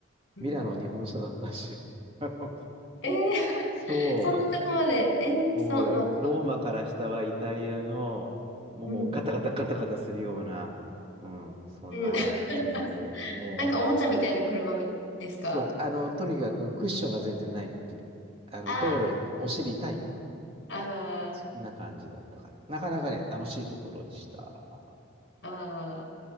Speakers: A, on the left; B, on the right.
A: ー、
B: ミラノ日本車だったし。
A: うん。
B: <laughs> あの、
A: えー、
B: そ
A: <laughs> そんなとこまで。
B: う。
A: えー、
B: そう、
A: そう、なんか、
B: ローマから下はイタリアの、もうガタガタガタガタするような、
A: うん。
B: うん、そんな車で、
A: うん。<laughs>
B: もう、
A: なんかおもちゃみたいな車みですか
B: そう、あの、とにかくクッションが全然ないっていう、あの、
A: あ
B: 道路、お尻痛い、
A: あ、
B: そんな感じだったから、
A: あ
B: なかなかね、楽しいところでした。
A: あ、ああ。